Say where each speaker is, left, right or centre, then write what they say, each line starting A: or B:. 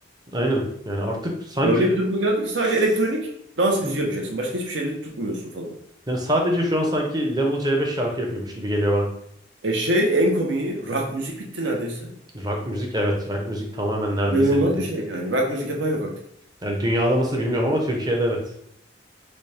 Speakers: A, on the right (about 20°); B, on the right (about 80°).
A: aynen yani artık sanki
B: Öyle bir duruma geldi ki sadece
A: s-
B: elektronik dans müziği
A: Hı hı.
B: yapacaksın. Başka hiçbir şeyle tutmuyorsun falan.
A: yani sadece şu an sanki Level C5 şarkı yapıyormuş gibi geliyor bana.
B: E şey en komiği rock müzik bitti neredeyse.
A: Rock müzik evet rock müzik tamamen neredeyse
B: İnanılmaz
A: bitti.
B: bir şey yani. Rock müzik yapan yok artık.
A: Yani dünyada nasıl bilmiyorum ama Türkiye'de evet.